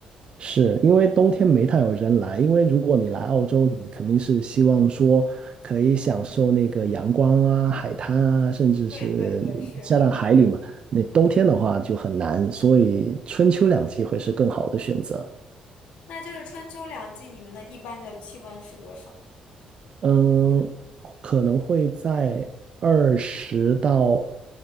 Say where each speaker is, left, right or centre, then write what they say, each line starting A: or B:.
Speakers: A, on the right; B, on the left.
A: 是因为冬天没太有人来，因为如果你来澳洲，
B: 嗯，
A: 你肯定是希望说可以享受那个阳光啊、海滩啊，甚至是下到海里嘛。
B: 对对对，是。
A: 那冬天的话就很难，所以春秋两季会是更好的选择。
B: 那就是春秋两季，你们的一般的气温是多少？
A: 嗯，可能会在二十到